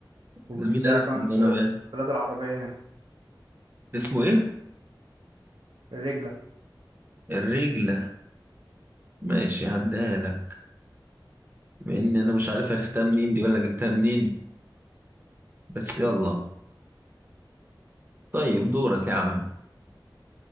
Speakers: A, on the right; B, on the right.
A: وبيتزرع
B: ده مين قال
A: كمان
B: لك إن
A: في
B: أنا بقى؟
A: في البلاد العربيه هنا
B: اسمه إيه؟
A: الرجله
B: الرجلة ماشي هديها لك مع إن أنا مش عارف عرفتها منين دي ولا جبتها منين بس يلا طيب دورك يا عم